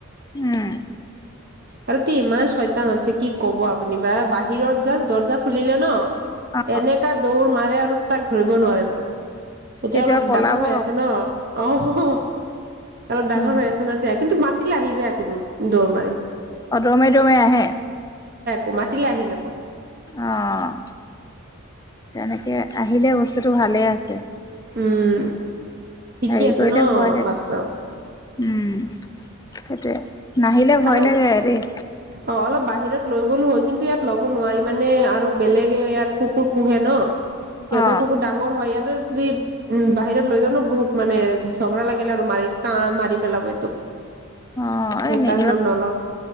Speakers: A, on the left; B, on the right.
A: উম।
B: আৰু তি ইমান চয়তান আছে কি কব আপুনি বা বাহিৰত জাষ্ট দৰ্জা খুলিলে ন।
A: অ
B: এনেকা দৌৰ মাৰে আৰু তাক ধৰিব নোৱাৰিব। এতিয়া
A: কেতিয়াবা
B: অলপ
A: পলাব
B: ডাঙৰ হৈ
A: অ
B: আছে ন, অ', অলপ ডাঙৰ
A: উম
B: হৈ আছে ন, এতিয়া কিন্তু মাত তিলে আহি যায় আকৌ দৌৰ। দৌৰ মাৰি।
A: অ', দৌৰি মাৰি, দৌৰ মাৰি আহে?
B: অ মাতিলে আহি যাব।
A: অ', তেনেকে আহিলে বস্তুটো ভালে আছে।
B: উম,, শিকি
A: হেৰি
B: আছে
A: কৰিলে
B: ন'
A: ভয় লাগে
B: মাত্ৰ।
A: উম সেইটোৱে। নাহিলে ভয়
B: আৰু
A: লাগে দেই।
B: অ অলপ বাহিৰত লৈ গ'লো হয়, কিন্তু ইয়াত ল'ব নোৱাৰি মানে আৰু বেলেগে ইয়াত কুকুৰ পোহে ন? সিহঁতৰ
A: অ
B: কুকুৰ ডাঙৰ হয় ইয়াত যদি বাহিৰত লৈ যাও ন, বহুত মানে ঝগৰা লাগিলে আৰু মাৰি কা মাৰি পেলাব এইটোক।
A: হয়নে?
B: সেইকাৰণে অ ন ন